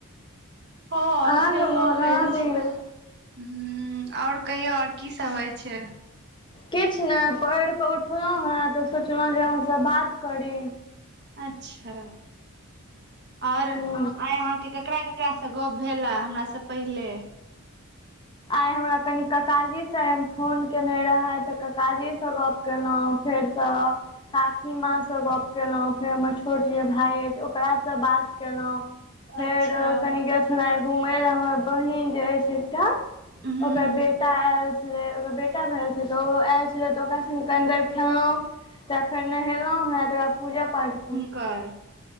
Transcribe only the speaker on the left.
अहाँके
मोन
अहाँ दियौ
किछ नय पैढ कऽ उठलहुँहेँ तऽ सोचलहुँ जे अहाँसँ बात करी।
ह
आइ हमरा कनि ककाजी से हम फोन केने रहैथ तऽ ककाजी से गप केलौं फेरसँ। काकी माँसँ गप्प केलौं, फेर हम्मर छोट जे भाय अइछ ओकरासे बात केलौं फेर
ओ कनि गेल छलौं घूमय लय, हम्मर बहिन जे अइछ एकटा।
ओकर बेटा एल छलै ओकर बेटा भेल छल तऽ ओ ऐल छलै तऽ ओकरा सङ्गे कने देर खेललौंह। तऽ फेर नहेलहुँहें त ओकरा पूजा पाठ-